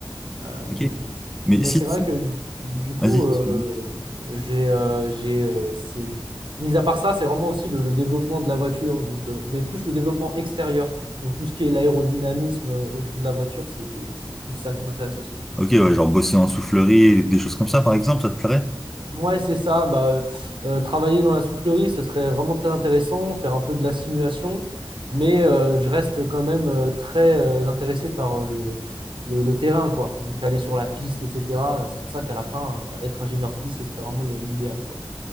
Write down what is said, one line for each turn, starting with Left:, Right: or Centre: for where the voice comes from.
Right: Euh,
Centre: Ok. Mais
Right: mais
Centre: si,
Right: c'est vrai
Centre: si.
Right: que du du coup,
Centre: vas-y.
Right: euh,
Centre: excuse-moi.
Right: j'ai, euh, j'ai, euh, c'est- mis à part ça, c'est vraiment aussi le, le développement de la voiture, donc, euh, mais plus le développement extérieur. Donc tout ce qui est l'aérodynamisme euh, autour de la voiture, c'est c'est- c'est plus ça qui m'intéresse aussi.
Centre: Ok, ouais, genre bosser en soufflerie, des choses comme ça, par exemple, ça te plairait?
Right: Ouais, c'est ça. Bah, euh, euh, travailler dans la soufflerie, ce serait vraiment très intéressant, faire un peu de la simulation, mais euh, je reste quand même euh, très euh, intéressé par euh, le, le, le terrain, quoi. Donc aller sur la piste, etc. C'est pour ça qu'à la fin, euh, être ingénieur de piste, ce serait vraiment le- l'idéal, quoi.